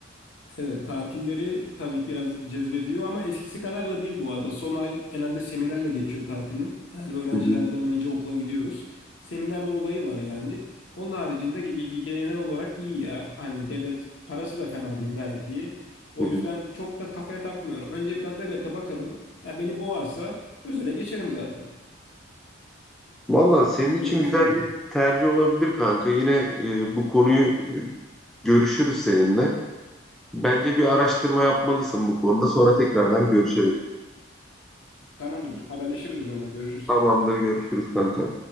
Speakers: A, on the left; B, in the centre.
A: Evet, tatilleri tabii ki biraz cezbediyor ama eskisi kadar da değil bu arada. Son ay genelde seminerle geçiyor tatilin. Yani öğrencilerden
B: Hı hı,
A: önce okula gidiyoruz. Seminer olayı var yani. Onun haricinde ge- ge- genel olarak iyi ya. Hani devlet parası da fena değil gayet iyi. O
B: hı hı.
A: yüzden çok da kafaya takmıyorum. Önce biraz devlete bakarım. Ya beni boğarsa özele geçerim zaten
B: Valla senin için
A: diye düşünüyorum.
B: güzel bir tercih olabilir kanka. Yine e, bu konuyu e, görüşürüz seninle. Bence bir araştırma yapmalısın bu konuda. Sonra tekrardan görüşelim.
A: Tamamdır. Haberleşiriz o zaman. Görüşürüz.
B: Tamamdır, görüşürüz kanka.